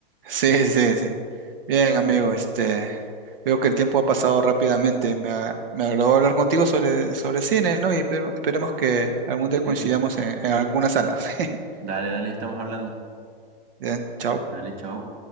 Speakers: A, on the right; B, on the right.
A: Sí, sí, sí. Bien, amigo, este, veo que el tiempo ha pasado rápidamente. Me, a- me agradó hablar contigo sobre, sobre cine, ¿no? Y pe- esperemos que algún día coincidamos
B: Sí, sí, sí.
A: en, en alguna sala. <laughs>
B: Dale, dale, estamos hablando.
A: Bien, chao.
B: Dale, chao.